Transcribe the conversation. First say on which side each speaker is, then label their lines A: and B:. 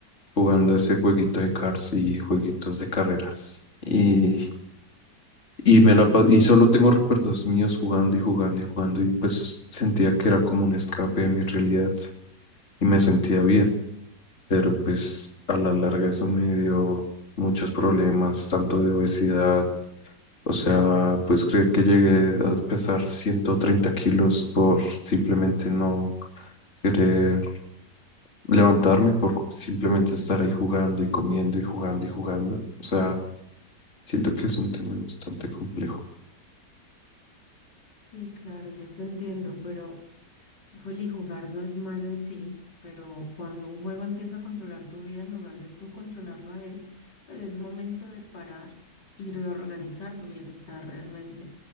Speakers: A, on the left; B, on the left.
A: jugando ese jueguito de cars y jueguitos de carreras. Y Y, me la, pa- y solo tengo recuerdos míos jugando y jugando y jugando y pues sentía que era como un escape de mi realidad y me sentía bien, pero pues a la larga eso me dio muchos problemas, tanto de obesidad, o sea, pues creer que llegué a pesar 130 kilos por simplemente no querer levantarme, por simplemente estar ahí jugando y comiendo y jugando y jugando, o sea, siento que es un tema bastante complejo.
B: Sí, claro, yo te entiendo, pero... Híjole, jugar no es malo en sí, pero cuando un juego empieza a controlar tu vida en lugar de tú controlarlo a él, pues es momento de parar y reorganizar tu bienestar realmente.